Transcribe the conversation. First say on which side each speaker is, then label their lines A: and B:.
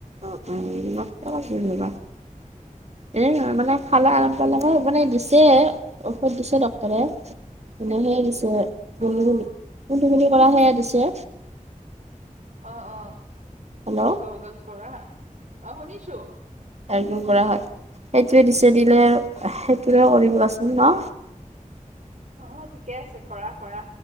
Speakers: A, on the right; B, on the right.
A: অ অ নিমখ টো <unintelligible> এ মানে খালে আৰাম পালে হয় মানে দিছে ঔষধ দিছে ডক্টৰে মানে হে দিছে <unintelligible>
B: অ'
A: কৰা সেয়া দিছে
B: অ অ
A: হেল্ল'
B: গুগল কৰা অ শুনিছোঁ।
A: এইবোৰ কৰা হয় সেইটোৱে দিছে দিলে আৰু সেইটোৰে কৰিবচোন ন
B: অ অ ঠিকে আছে কৰা কৰা।